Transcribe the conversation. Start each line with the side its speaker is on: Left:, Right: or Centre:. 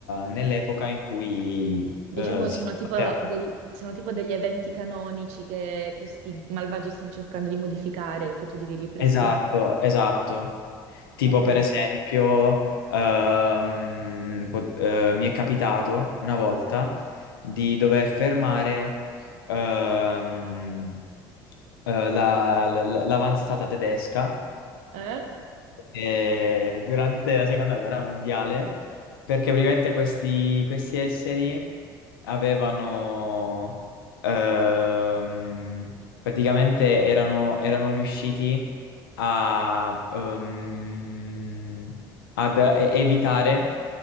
Left: nell'epoca in cui
Right: Diciamo
Left: eh,
Right: che
Left: si
Right: sono
Left: sta
Right: tipo, del- sono tipo degli eventi canonici che questi malvagi stanno cercando di modificare e che tu devi ripristinare.
Left: Esatto, esatto. Tipo
Right: Ok.
Left: per esempio, ehm, po- eh, mi è capitato una volta di dover fermare ehm, eh, la- la- la- l'avanzata tedesca
Right: Eh?
Left: eh, durante la seconda guerra mondiale, perché praticamente questi, questi esseri avevano ehm, praticamente erano, erano riusciti a, ehm, ad e- evitare